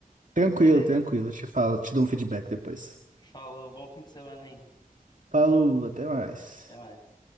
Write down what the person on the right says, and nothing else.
Tranquilo,
tranquilo. Eu te falo, te dou um feedback depois.
Falou, até mais.